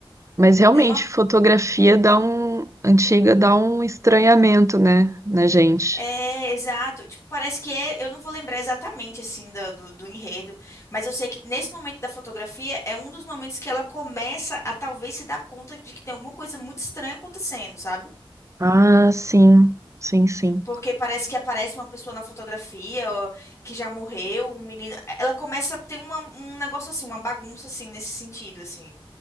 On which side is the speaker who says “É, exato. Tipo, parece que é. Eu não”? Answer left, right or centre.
Left